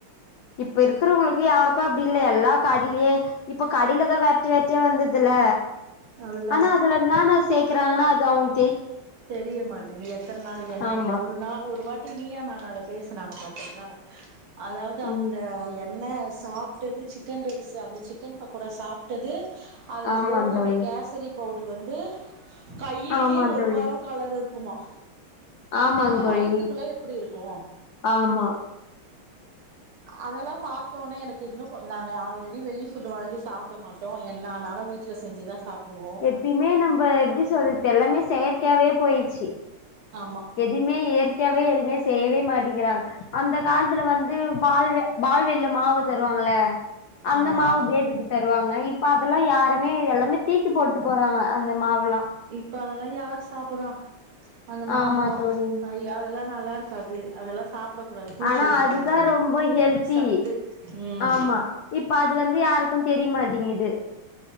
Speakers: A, on the left; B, on the right.
A: இப்ப இருக்கிறவங்களுக்கு யாருக் கு அப்டி இல்ல எல்லா கடையிலயே இப்ப கடைலதா வெரட்டி வேரட்டியா வந்துருதுல
B: அதுதா
A: ஆனா அதுல என்னான்ன சேக்கறாங்கனா அது அவுங்
B: தெரிய மாட்டேங்குது எத்தன நாள் எண்ணெயில
A: ஆமா
B: ஒரு நா ஒரு வாட்டி நீயா நானால பேசுனாங்க பாத்தீங்ளா அதாவது
A: ம்
B: அந்த எண்ணெ சாப்டது சிக்கன் ரைஸு அந்த சிக்கன் பக்கோடா சாப் டது அதுல
A: ஆமா
B: போடுற
A: தோழி
B: அந்த கேசரி பவுட்ரு வந்து கையிலேயே
A: ஆமா
B: ஒட்
A: தோழி
B: கலர் இருக்குமா
A: ஆமாங்
B: அப்ப
A: தோழி
B: வயித்துக்குள்ள எப்டி இருக்கு
A: ஆமா
B: அதெல்லா பாத்தோனே எனக்கு இன்னு கொ நாங்க ஆல்ரெடி வெளி ஃபுட் வாங்கி சாப்ட மாட்டோ என்ன ஆனாலு வீட் வீட்ல செஞ்சுதா சாப்புடுவோ
A: எப்பயுமே நம்ப எப்டி சொல்றது எல்லாமே செயற்கையாவே போயிடுச்சு
B: ஆமா
A: எதுவுமே இயற்கையாவே எதுவுமே செய்யவே மாட்டேங்கிறாங்க அந்த காலத்துல வந்து பால் பால்வாடில மாவு தருவாங்கல அந்த
B: ஆமா
A: மாவு பேபிக்கு தருவாங்க இப்ப அதெல்லா யாருமே எல்லாமே தீக்கி போட்டு போறாங்க அந்த மாவுல்லா
B: இப்ப அதெல்லா யாரு சாப்புடுவா அந்த மாவா
A: ஆமா தோழி
B: அய்ய அதெல்லா நல்லா இருக்காது அதெல்லா சாப் ட கூடாது பூச்சி
A: ஆனா
B: வந்துருன்றாங்க
A: அதுதா ரொம்ப ஹெல்த்தி
B: சத்து ம்
A: ஆமா இப்ப அது வந்து யாருக்கு தெரியமாட்டீங்குது